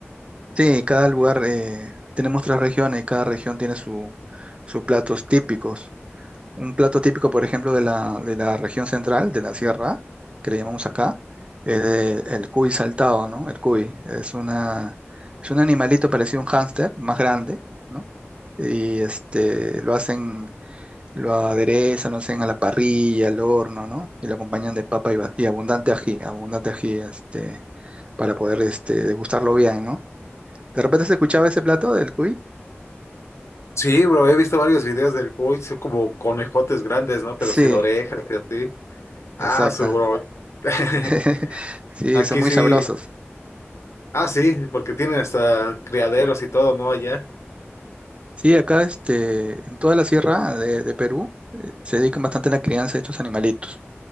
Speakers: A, on the right; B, on the left.
A: Sí, cada lugar, eh, tenemos tres regiones y cada región tiene su, sus platos típicos. Un plato típico, por ejemplo, de la, de la región central, de la sierra, que le llamamos acá, es de- el cuy saltado, ¿no? El cuy es una, es un animalito parecido a un hámster, más grande, ¿no? Y este, lo hacen, lo aderezan, lo hacen a la parrilla, al horno, ¿no? Y lo acompañan de papa y, ba- y abundante ají, abundante ají, este, para poder, este, degustarlo bien, ¿no? ¿De repente se escuchaba ese plato del cuy?
B: Sí, bro, he visto varios videos del cuy, son como conejotes grandes, ¿no?
A: Sí,
B: Pero sin orejas y así. Ah,
A: exacto.
B: su bro. <laughs>
A: <laughs> Sí,
B: Aquí
A: son muy
B: sí.
A: sabrosos.
B: Ah, sí, porque tienen hasta criaderos y todo, ¿no? Allá.
A: Sí, acá este, en toda la sierra de, de Perú eh, se dedican bastante a la crianza de estos animalitos.